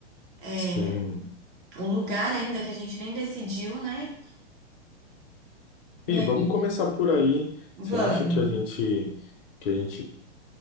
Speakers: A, on the right (about 40°); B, on the left (about 55°).
A: é,
B: Sim.
A: o lugar ainda que a gente nem decidiu, né? E
B: Sim,
A: aí,
B: vamos começar por aí.
A: vamos.
B: Você acha que a gente que a gente